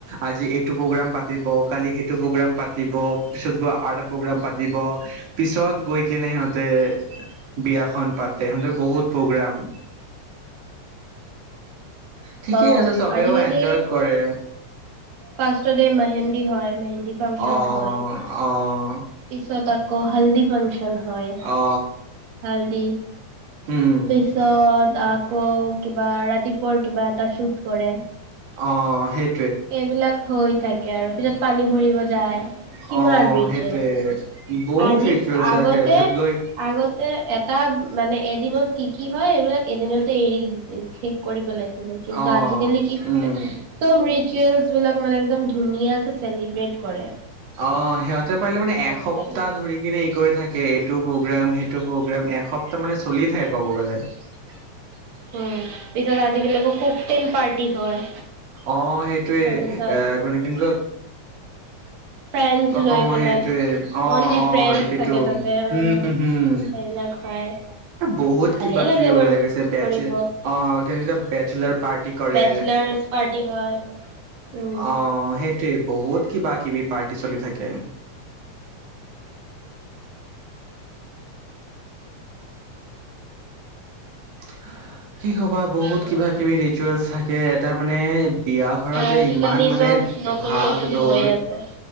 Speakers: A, on the right; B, on the right.
A: আজি এইটো প্ৰগ্ৰোম পাতিব কালি সেইটো প্ৰগ্ৰাম পাতি, পাতিব পিছত গৈ আৰ্ট প্ৰগ্ৰাম পাতিব, পিছত গৈ কেনে সিহঁতে বিয়াখন পাতে সিহঁতে বহুত প্ৰগ্ৰাম। ঠিকেই
B: ত',
A: আছে চবেও
B: আজিকালি
A: এনজয় কৰে
B: ফাৰ্ষ্টততে মেহেন্দী হয়। মেহেন্দী ফাংচন
A: অ',
B: হয়
A: - অ',
B: পিছত তাত, আকৌ হল্দি ফাংচন, হয়',
A: অ
B: হালদি
A: উম
B: পিছত, আকৌ, কিবা ৰাতিপুৱাৰ কিবা এটা শ্বুট কৰে।
A: অ', সেই
B: এইবিলাক হৈ থাকে। তাকে আৰু পিছত পানী ভৰিব যায়, কিমান
A: অ
B: ৰিচুৱেল
A: সেইটোৱে
B: আছে
A: বহুত
B: আজি
A: ৰিচুৱেলছ
B: আগতে-
A: আছে তাৰপিছত গৈ
B: আগতে এ, তাত মানে এদিনত কি', - কি ', হয় এইবিলাক এদিনতে এৰি দিছে শেষ কৰি পেলাইছে। কিন্তু
A: অ
B: আজিকালি কি হৈছে
A: উম
B: চব, ৰিচোৱেল বিলাক মানে একদম ধুনীয়াকে চেলিব্ৰট কৰে।
A: অ', সিহঁত, পাৰিলে মানে এসপ্তাহ
B: আজিকালি।
A: ধৰি কিনে ই', কৰি থাকে, এইটো প্ৰগ্ৰাম, সেইটো প্ৰগ্ৰাম, এস তাৰমানে চলিয়ে থাকে ক'ব গ'লে, <unintelligible>
B: উম', পিছত আজিকালি কক-তেল পাৰ্টি হয়।
A: অ', সেইটোয়ে
B: তাৰপিছত
A: এ', গলে কিন্তু
B: ফ্ৰেণ্ডছ লৈ
A: অ
B: পেলাই
A: সেইটোৱে অ
B: অনলি
A: অ
B: ফ্ৰেণ্ডছ
A: সেইটো
B: থাকে তাতে অ'
A: হম হম
B: সেইবিলাক হয়।
A: বহুত
B: ভালে
A: কিবা
B: লাগে
A: কিবি ওলাই
B: বাৰু
A: গৈছে ব
B: কৰিব
A: অ কেনো বেচেলাৰ পাৰ্টি কৰে
B: বেচলাৰছ পাৰ্টি হয় উম
A: অ সেইটোৱে বহুত কিবা কিবি পাৰ্টি চলি থাকে হয় কি কবা বহুত
B: সেইটোৱে
A: কিবা কিবি ৰিচুৱেলছ থাকে কেত তাৰ মানে বিয়া ঘৰত যে
B: আজিকালি
A: ইমান মানে
B: চব নতুন
A: ভাগ
B: নতুন
A: দৌৰ
B: হৈ আছে